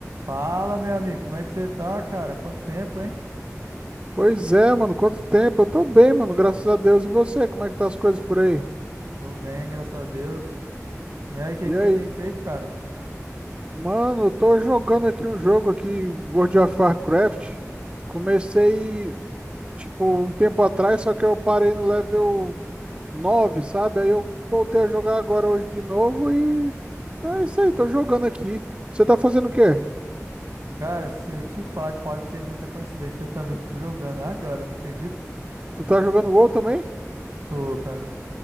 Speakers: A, on the right; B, on the right.
A: Fala, meu amigo, como é que você tá, cara? Quanto tempo, hein?
B: Pois é, mano, quanto tempo? Eu tô bem, mano, graças a Deus. E você, como é que tá as coisas por aí?
A: Tô bem, graças a Deus. E aí, o que
B: E
A: que
B: aí?
A: você tem feito, cara?
B: Mano, eu tô jogando aqui um jogo aqui, World of Warcraft. Comecei, tipo, um tempo atrás, só que eu parei no level 9, sabe? Aí eu voltei a jogar agora hoje de novo e tá isso aí, tô jogando aqui. Você tá fazendo o quê?
A: Cara, se eu te falar que pode ser muita coincidência, <laughs> eu também tô jogando agora, tu acredita?
B: Tu tá jogando WoW também?
A: Tô, cara.